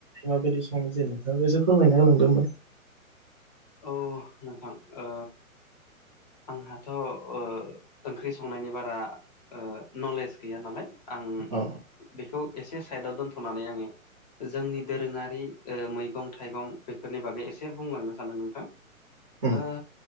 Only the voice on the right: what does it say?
माबायदि सङो जेनेबा नोंथाङा एसे फोरमायना होलांदों होमबा।
औ
उम